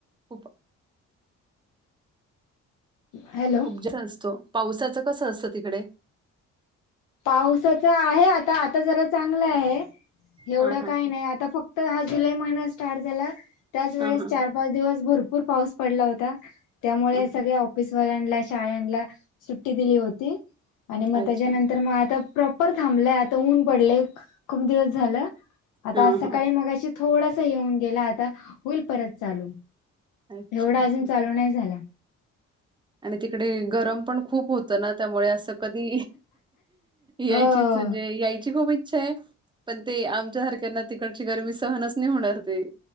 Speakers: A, on the right (about 15°); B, on the left (about 80°).
A: खूप
B: हॅलो
A: खूप जास्त असतो पावसाचं कसं असतं तिकडे?
B: पावसाचं आहे आता आता जरा चांगलं आहे एवढं
A: हां, हां.
B: काही नाही आता फक्त हा जुलै महिना स्टार्ट झाला त्याचवेळेस
A: हां, हां.
B: चार पाच दिवस भरपूर पाऊस पडला होता. त्यामुळे
A: हां, हां.
B: सगळे ऑफिसवाल्यांना शाळांना सुट्टी दिली होती आणि मग
A: अच्छा.
B: त्याच्यानंतर तर मग आता प्रॉपर थांबलंय आता ऊन पडलेय. खूप दिवस झालं आता
A: हां,
B: आज सकाळी
A: हां.
B: मगाशी थोडासा येऊन गेला आता होईल परत. चालू
A: अच्छा
B: एवढा
A: हां.
B: अजून चालू नाही झाला.
A: आणि तिकडे गरम पण खूप होत होत ना त्यामुळे असं कधी यायचीच
B: हो
A: म्हणजे यायची खूप इच्छा आहे पण ते आमच्या सारख्यांना तिकडची गरमी सहनच नाही होणार ती